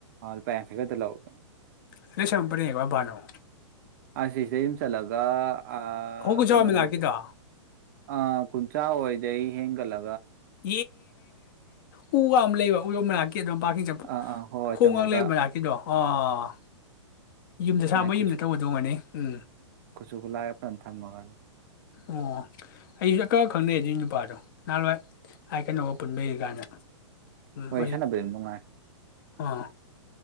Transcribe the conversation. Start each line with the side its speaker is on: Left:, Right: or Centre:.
Right: ꯂꯨꯄꯥ ꯌꯥꯡꯈꯩ ꯈꯛꯇ ꯂꯧꯏꯅꯦ
Left: <unintelligible> <unintelligible>
Right: <unintelligible> ꯁꯤꯗꯩꯩ ꯁꯨꯝ ꯆꯠꯂꯒ ꯑꯥ
Left: ꯑꯍꯣ ꯀꯨꯟꯆꯥꯎ
Right: ꯀꯩꯅꯣꯒꯤꯗꯨ
Left: ꯃꯅꯥꯛꯀꯤꯗꯣ
Right: ꯑꯥ <unintelligible> ꯑꯣꯏꯗ ꯑꯩ ꯍꯦꯟꯒꯠꯂ
Left: <unintelligible> <unintelligible> ꯑꯗꯨꯝ ꯄꯥꯔꯀꯤꯡ ꯆꯠꯄ
Right: ꯑꯥ ꯑꯥ ꯍꯣꯏ ꯍꯣꯏ
Left: ꯈꯣꯡꯒ
Right: ꯆꯪꯉꯒ
Left: ꯂꯩꯕ ꯃꯅꯥꯀꯤꯗꯣ ꯑꯥ ꯌꯨꯝꯗ ꯁꯥꯕ
Right: ꯃꯥꯏ ꯈꯨꯠꯁꯨ
Left: ꯌꯨꯝꯗ ꯇꯧꯕꯗꯨ ꯑꯣꯏꯔꯝꯒꯅꯤ ꯎꯝ
Right: ꯈꯨꯠꯁꯨ ꯈꯨꯠꯂꯥꯏꯒ ꯐꯖꯅ ꯊꯝꯃꯒ ꯑꯗꯨꯝ
Left: ꯑꯣ ꯑꯩꯁꯨ <inaudible> ꯈꯪꯅꯩ ꯑꯗꯨꯒꯤ ꯅꯨꯄꯥꯗꯣ ꯅꯍꯥꯟꯋꯥꯏ ꯑꯩ ꯀꯩꯅꯣꯒ ꯄꯨꯟꯕꯩ ꯒꯅꯥ
Right: ꯋꯥꯔꯤ
Left: ꯎ ꯑꯩ
Right: ꯁꯥꯟꯅꯕꯗꯤ ꯅꯨꯡꯉꯥꯏ
Left: ꯑꯥ